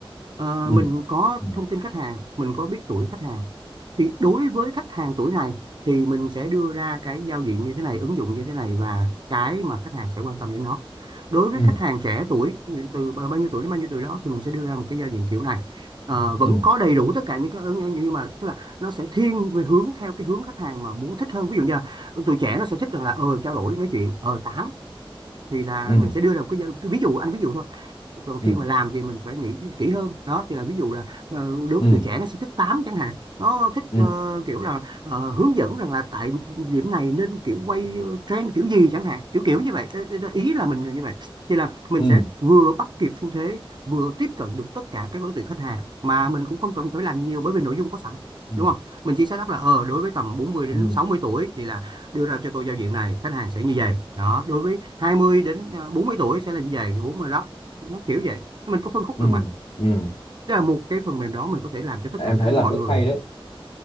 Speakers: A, on the right; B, on the left.
A: Ờ,
B: Ừ.
A: mình có
B: Ừ.
A: thông tin khách hàng mình có biết tuổi khách hàng thì đối với khách hàng tuổi này thì mình sẽ đưa ra cái giao diện như thế này ứng dụng như thế này và cái mà khách hàng sẽ quan tâm đến nó đối với
B: Ừ.
A: khách hàng trẻ tuổi từ bao nhiêu tuổi đến bao nhiêu tuổi đó thì mình sẽ đưa ra một cái giao diện kiểu này Ờ, vẫn
B: Ừ.
A: có đầy đủ tất cả những cái ứng- nhưng mà tức là nó sẽ thiên về hướng theo cái hướng khách hàng mà muốn thích hơn ví dụ như là tụi trẻ nó sẽ thích rằng là ờ trao đổi nói chuyện ờ tám thì là
B: Ừ.
A: mình sẽ đưa ra một cái, cái ví dụ anh ví dụ thôi còn
B: Ừ.
A: khi mà làm thì mình phải nghĩ kỹ hơn đó thì là ví dụ là ờ, đối
B: Ừ.
A: với tuổi trẻ nó sẽ thích tám chẳng hạn nó thích
B: Ừ.
A: ờ, kiểu là ờ, hướng dẫn rằng là tại điểm này nên kiểu quay ờ, trend kiểu gì chẳng hạn kiểu kiểu như vậy Ê, ê, ý là mình là như vậy thì là mình
B: Ừ.
A: sẽ vừa bắt kịp xu thế vừa tiếp cận được tất cả các đối tượng khách hàng mà mình cũng không cần phải làm nhiều bởi vì nội dung có sẵn
B: Ừ.
A: đúng không mình chỉ xác đáp là ờ đối với tầm 40 đến
B: Ừ,
A: 60 tuổi thì là đưa ra cho tôi giao diện này khách hàng sẽ như vậy đó đối với 20 đến à, 40 tuổi sẽ là như vậy 40 đó nó kiểu vậy mình có phân khúc
B: ừ,
A: được mà
B: ừ.
A: tức là một cái phần mềm đó mình có thể làm cho tất
B: Em
A: cả
B: thấy
A: các mọi
B: là rất
A: người
B: hay đấy.